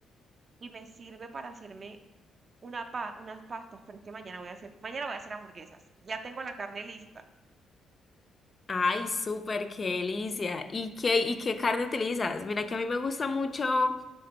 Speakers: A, on the right; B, on the left.
A: y me sirve para hacerme una pa- unas pastas, pero es que mañana voy a hacer, mañana voy a hacer hamburguesas. Ya tengo la carne lista.
B: Ay, súper, qué delicia. ¿Y qué, y qué carne utilizas? Mira que a mí me gusta mucho,